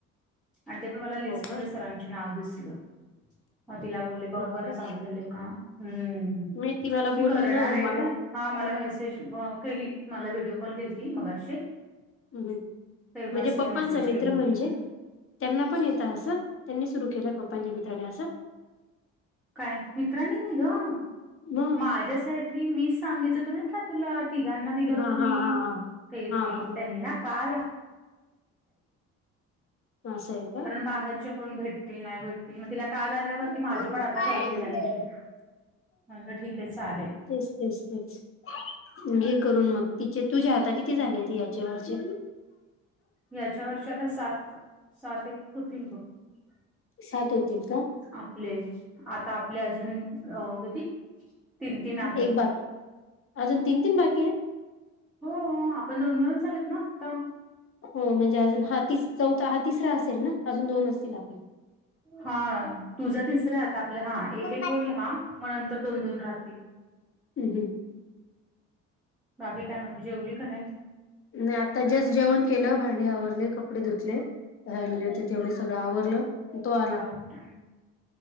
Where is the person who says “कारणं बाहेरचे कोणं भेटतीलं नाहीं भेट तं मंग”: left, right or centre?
Centre